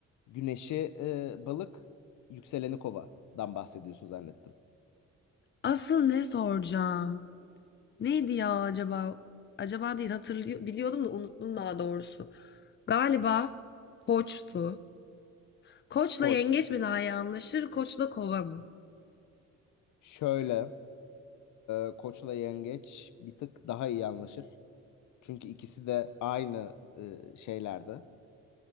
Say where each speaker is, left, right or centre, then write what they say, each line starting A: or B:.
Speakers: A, on the left; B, on the left.
A: güneşi e, balık yükseleni kovadan bahsediyorsun zannettim.
B: Asıl ne soracağım? Neydi ya acaba? Acaba değil hatırlıyor biliyordum da unuttum daha doğrusu. Galiba koçtu. Koçla
A: Koç.
B: yengeç mi daha iyi anlaşır? Koçla kova mı?
A: Şöyle e, koçla yengeç bir tık daha iyi anlaşır. Çünkü ikisi de aynı e, şeylerde.